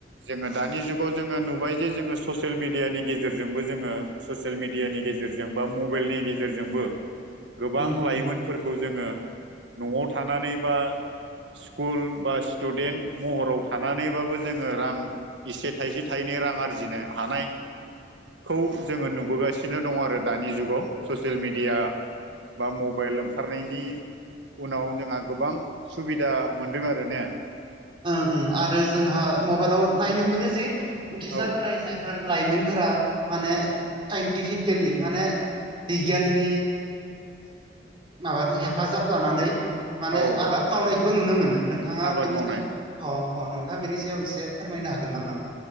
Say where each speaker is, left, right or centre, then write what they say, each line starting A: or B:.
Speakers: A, on the right; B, on the right.
A: जोंहा दानि जुगाव जोङो नुबाय जे जोङो ससेल मिडियानि गेजेरजोंबो जोङो ससेल मिडियानि गेजेर जों बा मबेलनि गेजेरजोंबो गोबां
B: उम
A: लाइमोनफोरखौ
B: उम
A: जोङो न'आव थानानै बा स्कुल बा स्टुडेन्ट महराव थानानैबाबो जों ओ रां एसे थाइसे-थाइनै रां आरजिनो हानाय खौ जोङो नुबोगासिनो दं आरो दानि जुगाव ससेल मिडिया बा मबेल ओंखारनायनि उनाव जोंहा गोबां सुबिदा मोनदों आरो ने?
B: ओं ओं आरो जोंहा मबाइलाव नायनो मोनो जि उथ्रिसार
A: औ
B: होनाय जायफोर लाइमोन फोरि माने साइनटिफिकेलि माने बिगियाननि माबानि हेफाजाब लानानै माने
A: औ
B: आबाद मावनायखौबो नुनो मोनो। नोंथाङा
A: आबाद
B: बेनि
A: मावनाय
B: सायाव अ अ नोंथाङा बेनि सायाव एसे फोरमायनो हागोन नामा?